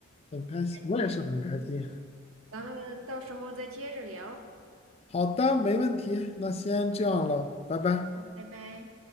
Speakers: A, on the left; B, on the right.
A: 很开心，我也是很开心。
B: 嗯，咱们到时候再接着聊。
A: 好的，没问题，那先这样了，拜拜。
B: 拜拜。